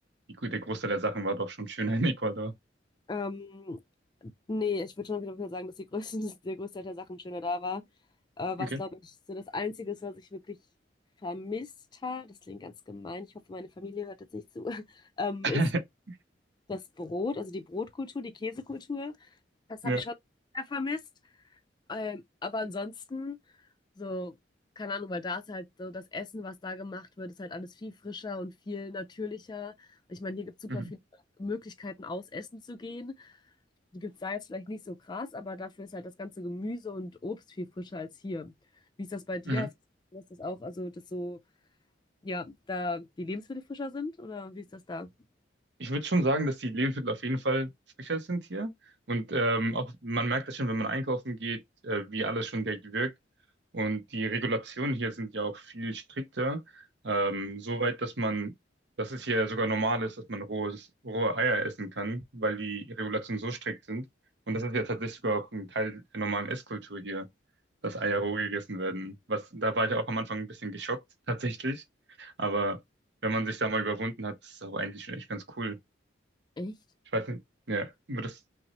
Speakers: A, on the right; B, on the left.
A: die, der Großteil der Sachen war doch schon schöner in Ecuador?
B: Ähm, nee, ich würde schon auf jeden Fall sagen, dass die größte, <laughs> der größte Teil der Sachen schöner da war. Äh, was,
A: Okay.
B: glaube ich, so das Einzige ist, was ich wirklich vermisst habe, das klingt ganz gemein, ich hoffe, meine Familie hört jetzt nicht zu, <laughs> ähm,
A: <laughs>
B: ist das Brot, also die Brotkultur, die Käsekultur. Das
A: Ja.
B: habe ich schon sehr vermisst. Ähm, aber ansonsten, so, keine Ahnung, weil da ist halt so das Essen, was da gemacht wird, ist halt alles viel frischer und viel natürlicher. Ich meine, hier gibt es super
A: Mhm.
B: viele Möglichkeiten, aus Essen zu gehen. Die gibt es da jetzt vielleicht nicht so krass, aber dafür ist halt das ganze Gemüse und Obst viel frischer als hier. Wie ist das bei dir?
A: Mhm.
B: Hast du das das auch, also dass so, ja, da die Lebensmittel frischer sind oder wie ist das da?
A: Ich würde schon sagen, dass die Lebensmittel auf jeden Fall frischer sind hier. Und ähm, auch man merkt das schon, wenn man einkaufen geht, äh, wie alles schon direkt wirkt. Und die Regulationen hier sind ja auch viel strikter. Ähm, soweit, dass man, dass es hier sogar normal ist, dass man rohes, rohe Eier essen kann, weil die Regulationen so strikt sind. Und das ist ja tatsächlich sogar auch ein Teil der normalen Esskultur hier, dass Eier roh gegessen werden. Was, da war ich auch am Anfang ein bisschen geschockt, tatsächlich. Aber wenn man sich da mal überwunden hat, ist es auch eigentlich schon echt ganz cool.
B: Echt
A: Ich weiß nicht, ja, aber das,